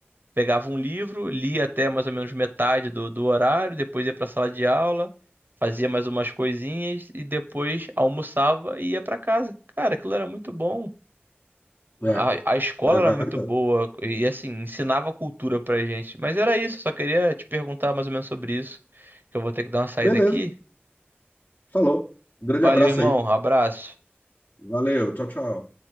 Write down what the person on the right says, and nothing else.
Pegava um livro, lia até mais ou menos metade do, do horário, depois ia para a sala de aula, fazia mais umas coisinhas e depois almoçava e ia para casa. Cara, aquilo era muito bom.
A, a escola
era muito boa e assim, ensinava cultura pra gente. Mas era isso, só queria te perguntar mais ou menos sobre isso, que eu vou ter que dar uma saída
aqui.
Valeu,
irmão,
abraço.